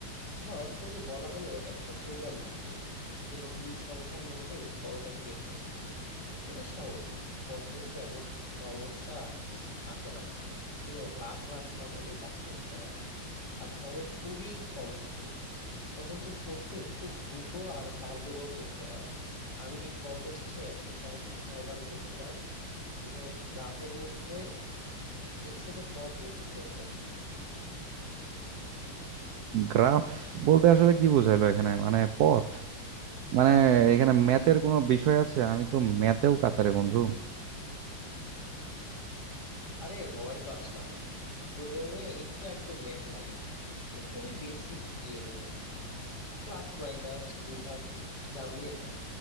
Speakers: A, on the left (about 55°); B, on the right (about 80°).
A: ধর তোকে বলা হলো একটা প্রোগ্রাম লিখতে যেটা দুই সংখ্যার মধ্যে বড়টাকে বের করবে এটা সহজ কিন্তু কনটেস্টে এমন সমস্যা আসে না ঠিক আছে লাখ লাখ সংখ্যা দিয়ে কাজ করতে হয় আর সময় খুবই কম থাকে তখন তোর কোডকে খুব দ্রুত আর কার্যকর করতে হয় আমি এই কন্টেস্টে একটা সমস্যার সমাধান করছিলাম যেখানে একটা গ্রাফের মধ্যে সবচেয়ে ছোট পথ বের করতে হতো
B: গ্রাফ বলতে আসলে কি বোঝাইলো এখানে মানে পথ মানে এখানে ম্যাথের কোনো বিষয় আছে আমি তো ম্যাথেও কাঁচারে বন্ধু
A: আরে ভয় পাস না প্রোগ্রামিং এ একটু আধটু ম্যাথ লাগে কিন্তু খুবই বেসিক লেভেলের প্লাস মাইনাস গুণ ভাগ জানলে হয়